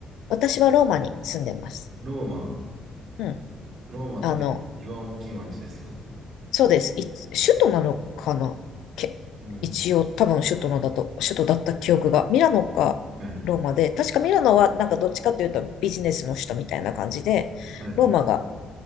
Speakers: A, on the left; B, on the right.
A: 私はローマに住んでます。
B: ローマ。
A: うん。
B: ローマって一番大きい町ですか
A: あの、そうです。い、首都なのかなけ、
B: うん。
A: 一応多分首都のだと、首都だった記憶が。ミラノかローマで、
B: はい。
A: 確かミラノはなんかどっちかというとビジネスの首都みたいな感じで、
B: はい。
A: ローマが